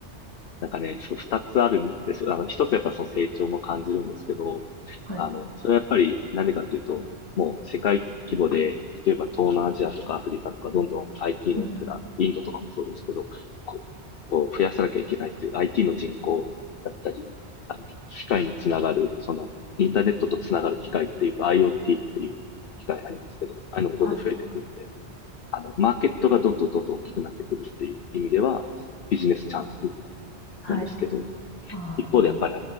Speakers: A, on the left (about 60°); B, on the left (about 20°).
A: なんかね、そう、二つあるんですよ。あの、一つやっぱその成長も感じるんですけど、
B: はい。
A: あの、それはやっぱりなんでかっていうと、もう世界規模で、例えば東南アジアとかアフリカとかどんどん IT
B: うん。
A: のインフラ、インドとかもそうですけど、こう、こう増やさなきゃいけないっていう IT の人口だったり、あの、機械につながる、その、インターネットとつながる機械っていうか IoT っていう機械ありますけど、ああいうのもどんどん増えてくんで、
B: はい。
A: あの、マーケットがどんどんどんどん大きくなってくるっていう意味では、ビジネスチャンス
B: はい。
A: なんですけど、
B: ああ、
A: 一方でやっぱり
B: なる